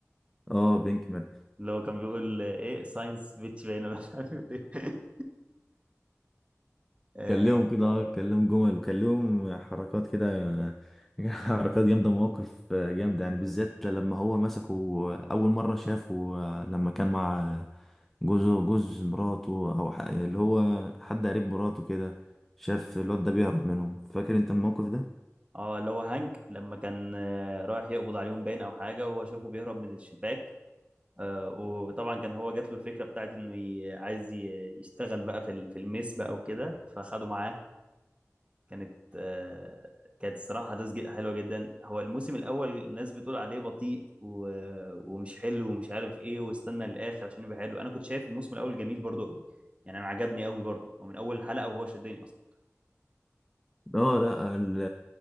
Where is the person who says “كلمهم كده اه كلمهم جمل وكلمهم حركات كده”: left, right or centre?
Centre